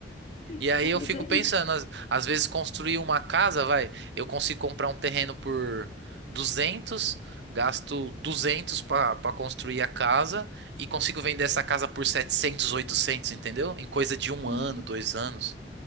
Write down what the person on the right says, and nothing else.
E aí
eu fico
pensando, às, às vezes construir uma casa, vai, eu consigo comprar um terreno por 200, gasto 200 para construir a casa e consigo vender essa casa por 700, 800, entendeu? Em coisa de um
ano, dois anos.